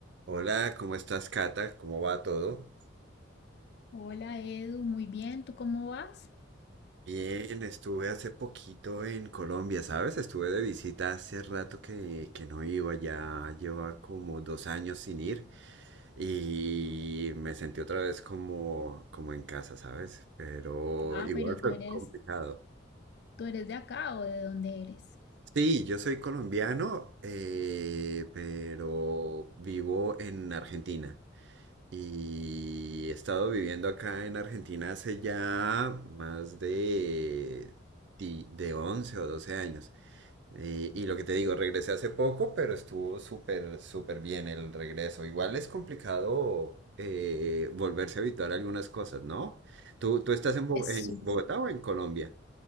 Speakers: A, on the right (about 60°); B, on the left (about 55°).
A: Hola, ¿cómo estás, Cata? ¿Cómo va todo?
B: Hola Edu, muy bien, ¿tú cómo vas?
A: Bien, estuve hace poquito en Colombia, ¿sabes? Estuve de visita hace rato que, que no iba, ya lleva como dos años sin ir y me sentí otra vez como, como en casa, ¿sabes? Pero
B: Ah,
A: igual
B: pero
A: fue
B: tú eres,
A: complicado.
B: tú eres de acá o de dónde eres?
A: Sí, yo soy colombiano, eh, pero vivo en Argentina. Y he estado viviendo acá en Argentina hace ya más de, di- de 11 o 12 años. Eh, y lo que te digo, regresé hace poco, pero estuvo súper, súper bien el regreso. Igual es complicado eh, volverse a habituar a algunas cosas, ¿no? ¿Tú, tú estás en, Bo-
B: Es
A: en
B: súper.
A: Bogotá o en Colombia?